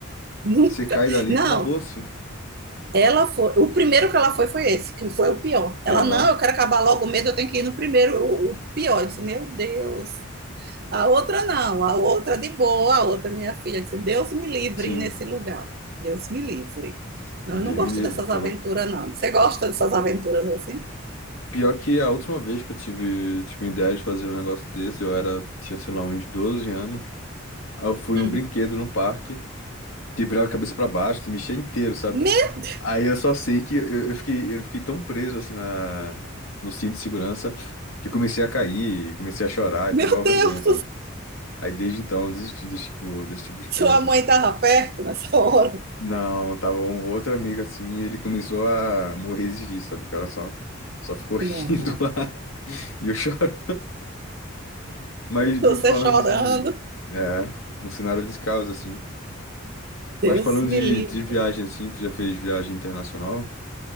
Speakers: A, on the right; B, on the left.
A: nunca.
B: Você cai dali,
A: Não,
B: acabou-se.
A: Ela foi, o primeiro que ela foi foi esse, que foi o pior. Ela,
B: Aham,
A: não, eu quero acabar logo o medo, eu tenho que ir no primeiro, o, o pior. Eu disse, meu Deus. A outra não, a outra de boa, a outra minha filha disse, Deus me livre
B: sim.
A: nesse lugar. Deus me livre. Não,
B: Dei-me
A: eu não gosto
B: livre,
A: dessas
B: tá
A: aventuras,
B: louco.
A: não. Você gosta dessas aventuras assim?
B: Pior que a última vez que eu tive, tive ideia de fazer um negócio desse, eu era, tinha, sei lá, uns 12 anos. Aí eu fui
A: Hum.
B: num brinquedo, num parque, que virava a cabeça pra baixo, se mexia inteiro, sabe?
A: Meu,
B: Aí eu só sei que eu, eu fiquei, eu fiquei tão preso, assim, na, no cinto de segurança, que eu comecei a cair, comecei a chorar,
A: meu
B: e foi uma vergonha,
A: Deus,
B: sabe? Aí desde então eu desisti desse tipo, desse tipo de
A: sua
B: coisa.
A: mãe estava perto nessa hora.
B: Não, tava um outro amigo assim, e ele começou a morrer de rir, sabe? O cara só, só ficou <laughs> rindo
A: Não,
B: lá. E eu <laughs> chorando. Mas e
A: você
B: falando
A: chorando.
B: de. É, um cenário de caos, assim. Mas
A: Deus
B: falando
A: me
B: de,
A: livre.
B: de viagem, assim, tu já fez viagem internacional?